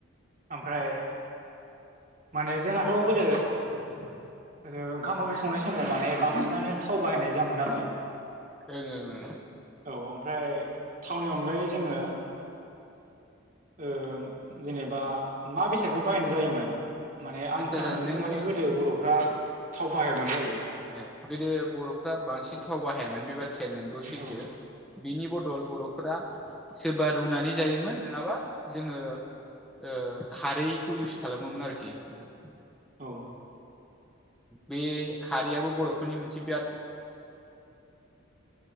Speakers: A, on the right; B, in the centre.
A: आमफ्राय माने जोंहाथ' गोदो ओदो ओंखाम ओंख्रि संनाय समाव माने बांसिनानो थाव बाहायनाय जामोन नालाय
B: <unintelligible>
A: औ ओमफ्राय थावनि अनगायै जोङो ओम जेनेबा मा बेसादखौ बाहायनाय जायोमोन माने
B: आदसा
A: आं खोनानो
B: आदसा जोङो
A: मोन्दों माने गोदो बर'फ्रा थाव बाहायामोन जाहैदों
B: ए गोदो बर'फ्रा बांसिन थाव बाहायामोन बे बाथ्राया नोंगौ सैथो
A: औ
B: बिनि बद दल बर'फोरा सोरबा रुनानै जायोमोन नोङाबा जोङो ओ खारैखौ इउस खालामोमोन आरखि नोंथां
A: औ
B: बे खारैयाबो बर'फोरनि मोनसे बियाद <unintelligible>